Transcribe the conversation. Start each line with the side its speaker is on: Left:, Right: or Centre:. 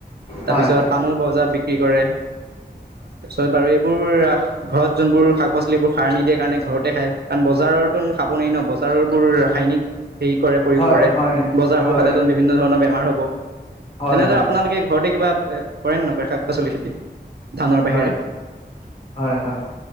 Left: হয়
Right: তাৰপিছত পানো বজাৰত বিক্ৰী কৰে, তাৰপিছত বাৰু এইবোৰ আহ ঘৰত যোনবোৰ শাক পাচলিবোৰ সাৰ নিদিয়ে কাৰণে ঘৰতে খায়, কাৰণ বজাৰৰ তোন খাব নোৱাৰি ন বজাৰৰবোৰ ৰাসায়নিক হেৰি কৰে প্ৰয়োগ
Left: হয়
Right: কৰে বজাৰবোৰ
Left: হয়
Right: খালেতোন বি বিভিন্ন ধৰণৰ বেমাৰ হ'ব,
Left: হয়
Right: তেনেদৰে
Left: হয়
Right: আপোনালোকে ঘৰতে কিবা এ কৰে নে নকৰে শাক পাচলি খেতি? ধানৰ বাহিৰে
Left: হয় হয় হয়,